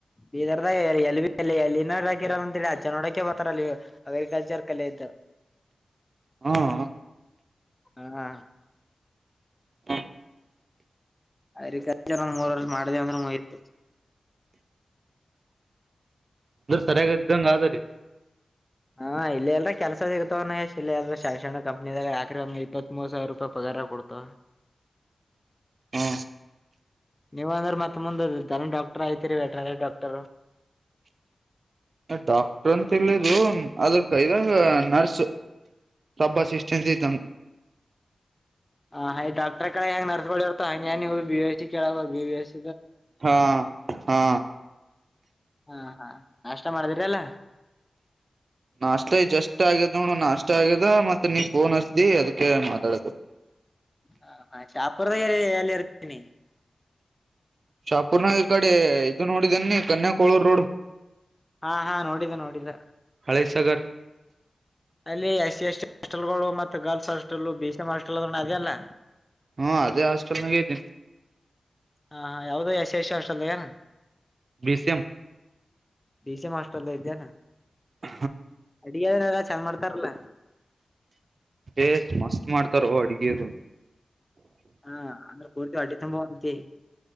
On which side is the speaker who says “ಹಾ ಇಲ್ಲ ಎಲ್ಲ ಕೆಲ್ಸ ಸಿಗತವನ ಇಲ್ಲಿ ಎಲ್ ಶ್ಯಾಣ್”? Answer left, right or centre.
Left